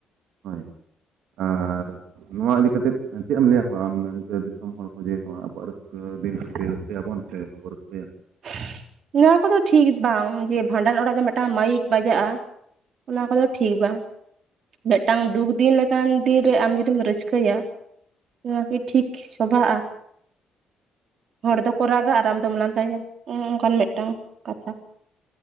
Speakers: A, on the right (about 85°); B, on the right (about 60°).
A: ᱦᱳᱭ ᱟᱨ ᱱᱚᱣᱟ ᱤᱫᱤ ᱠᱟᱛᱮᱫ ᱪᱮᱫ ᱮᱢ ᱞᱟᱹᱭᱟᱠᱚᱣᱟ ᱟᱢ ᱢᱮᱱ ᱫᱮ ᱫᱤᱥᱚᱢ ᱦᱚᱲ ᱠᱚ ᱡᱮ ᱱᱚᱣᱟ ᱟᱵᱚᱣᱟᱜ ᱨᱟᱹᱥᱠᱟᱹ ᱫᱤᱱ ᱨᱟᱹᱥᱠᱟᱹᱭᱟᱵᱚᱱ ᱥᱮ ᱵᱟᱵᱚ ᱨᱟᱹᱥᱠᱟᱹᱭᱟ?
B: <inaudible> ᱱᱚᱣᱟ ᱠᱚᱫᱚ ᱴᱷᱤᱠ ᱵᱟᱝ ᱡᱮ ᱵᱷᱟᱸᱰᱟᱱ ᱚᱲᱟᱜ ᱫᱚ ᱢᱤᱫᱴᱟᱝ ᱢᱟᱭᱤᱠ ᱵᱟᱡᱟᱜᱼᱟ ᱾ ᱚᱱᱟ ᱠᱚᱫᱚ ᱴᱷᱤᱠ ᱵᱟᱝ ᱾ ᱢᱤᱫᱴᱟᱝ ᱫᱩᱠ ᱫᱤᱱ ᱞᱮᱠᱟᱱ ᱫᱤᱱ ᱨᱮ ᱟᱢ ᱡᱩᱫᱤᱢ ᱨᱟᱹᱥᱠᱟᱹᱭᱟ ᱾ ᱵᱷᱟᱜᱮ ᱴᱷᱤᱠ ᱥᱚᱵᱷᱟᱜᱼᱟ᱾ ᱦᱚᱲ ᱫᱚᱠᱚ ᱨᱟᱜᱟ ᱟᱨ ᱟᱢ ᱫᱚᱢ ᱞᱟᱸᱫᱟᱭᱟ ᱚᱱᱚᱱᱠᱟᱱ ᱢᱤᱫᱴᱟᱝ ᱠᱟᱛᱷᱟ᱾